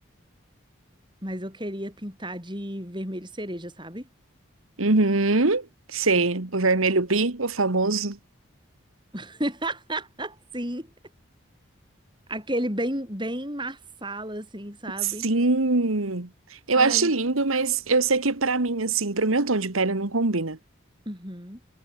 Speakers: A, on the right; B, on the right.
A: mas eu queria pintar de vermelho cereja, sabe?
B: Uhum, sei, o vermelho bi, o famoso.
A: <laughs> Sim, aquele bem bem marsala assim, sabe?
B: Sim, eu
A: Ai,
B: acho lindo, mas eu sei que pra mim, assim, pro meu tom de pele não combina.
A: uhum,